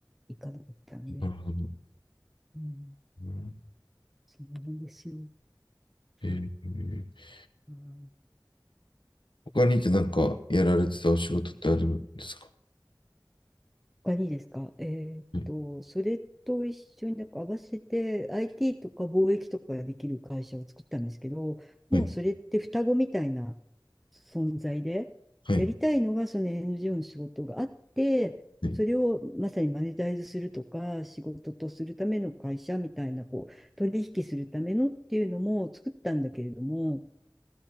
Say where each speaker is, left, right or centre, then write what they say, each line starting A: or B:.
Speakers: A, in the centre; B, on the left (about 80°).
A: いかなかったんで、
B: るほど。
A: うん、
B: うん
A: そんなもんですよ。
B: ええ
A: ああー
B: 他にってなんかやられてたお仕事ってあるんですか
A: 他にですかえーっと、
B: はい
A: それと一緒になんか合わせて IT とか貿易とかができる会社を作ったんですけど、もうそれって双子みたいな
B: はい。
A: 存在で、
B: はい。
A: やりたいのがその NGO の仕事があって、
B: はい
A: それをまさにマネタイズするとか、仕事とするための会社みたいな、こう、取引するためのっていうのも作ったんだけれども、